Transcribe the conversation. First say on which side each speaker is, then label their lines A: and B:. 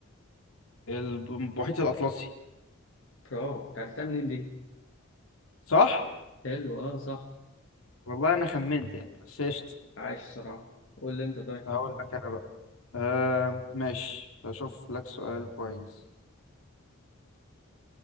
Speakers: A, on the left; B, on the left.
A: الب- المحيط الأطلسي
B: برافو عرفتها منين دي؟
A: صح؟
B: حلو اه صح
A: والله انا خمنت يعني بس قشطة
B: عايش صراحة قول لي انت طيب
A: هقول لك انا بقى آه ماشي هشوف لك سؤال كويس